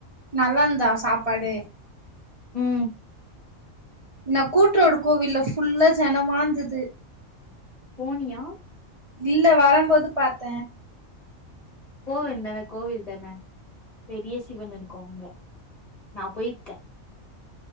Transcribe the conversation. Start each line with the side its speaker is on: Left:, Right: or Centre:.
Right: நல்லா இருந்து தா சாப்பாடு
Left: உம்
Right: நா கூட்ரோடு கோவில்ல ஃபுல்லா ஜனமாந்தது
Left: போனியா
Right: இல்ல வரம்போது பாத்த
Left: போ வேன் தான கோவில் தான பெரிய சிவன் இருக்கு அங்க நா போயிருக்க